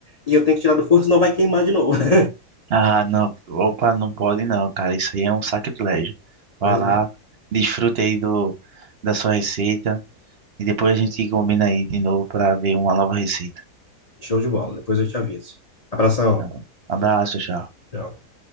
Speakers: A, on the left; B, on the right.
A: e eu tenho que tirar do forno, senão vai queimar de novo. <laughs>
B: Ah, não, opa, não pode não, cara. Isso aí é um sacrilégio.
A: Pois
B: Vai lá,
A: é,
B: desfrute aí do, da sua receita e depois a gente combina aí de novo para ver uma nova receita.
A: show de bola, depois eu te aviso. Abração,
B: Tá. Abraço, tchau.
A: tchau.